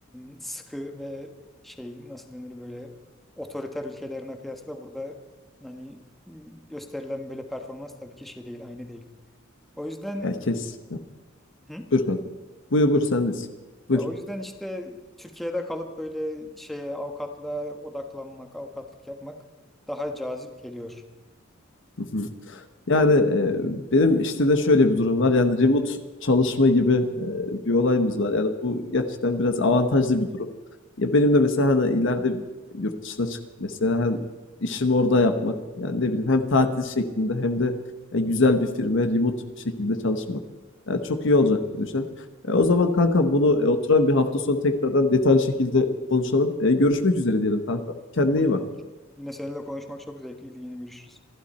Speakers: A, in the centre; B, on the left.
A: e, sıkı ve şey nasıl denir böyle otoriter ülkelerine kıyasla burada hani gösterilen böyle performans tabii ki şey değil aynı değil. O yüzden
B: Ya kes.
A: hı?
B: Buyur kanka. Buyur buyur sendeyiz.
A: Ya
B: Buyur.
A: o yüzden işte Türkiye'de kalıp böyle şeye avukatlığa odaklanmak, avukatlık yapmak daha cazip geliyor.
B: Hı hı. Yani e, benim işte de şöyle bir durum var. Yani remote çalışma gibi e, bir olayımız var. Yani bu gerçekten biraz avantajlı bir durum. Ya benim de mesela hani ileride yurt dışına çıkıp mesela hem işimi orada yapmak yani ne bileyim hem tatil şeklinde hem de e, güzel bir firma remote şekilde çalışmak yani çok iyi olacak diye düşünüyorum. E, o zaman kanka bunu e, oturan bir hafta sonu tekrardan detaylı şekilde konuşalım. E, görüşmek üzere diyelim kanka. Kendine
A: Olur
B: iyi bak.
A: olur. Yine seninle konuşmak çok zevkliydi. Yine görüşürüz.